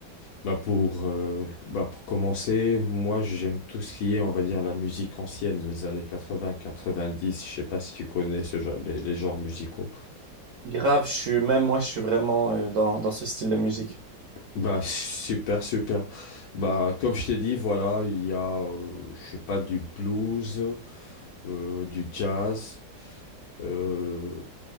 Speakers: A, on the left; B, on the right.
A: Bah pour, euh, bah pour commencer, moi j'aime tout ce qui est, on va dire, la musique ancienne, les années 80, 90, je sais pas si tu connais ce genre, les, les genres musicaux.
B: Grave, je suis même moi, je suis vraiment euh, dans, dans ce style de musique.
A: Bah super, super. Bah comme je t'ai dit, voilà, il y a, euh, je sais pas, du blues. euh, du jazz, euh,